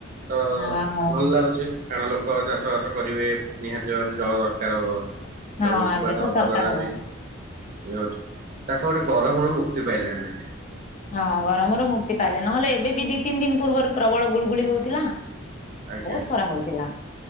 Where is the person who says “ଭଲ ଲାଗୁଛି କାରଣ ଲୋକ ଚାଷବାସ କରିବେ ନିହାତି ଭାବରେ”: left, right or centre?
Right